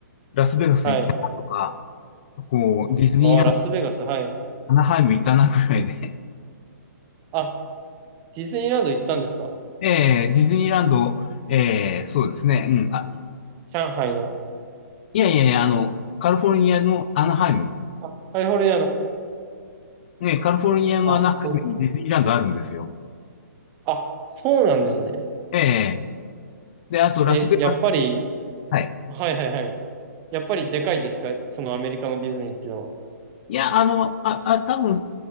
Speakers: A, on the left; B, on the right.
A: ラスベガス行ったなとか、
B: はい。
A: こう、ディズニーランド
B: おー、ラスベガス、はい。
A: アナハイム行ったなぐらいで。
B: あ、ディズニーランド行ったんですか
A: <laughs> えー、ディズニーランド、えー、そうですね。うん。あ、
B: 上海の。
A: いやいやいや、あの、カリフォルニアのアナハイム。
B: あ、カリフォルニアの。
A: ね、カリフォルニアのアナハイムにディズニーランドあるんですよ。
B: あ、そう、あ、そうなんですね。
A: ええで、あとラスベガスに、
B: え、やっぱり、
A: はい。
B: はいはいはい。やっぱりでかいですかそのアメリカのディズニーっていうのは。
A: いや、あの、あ、あ、多分、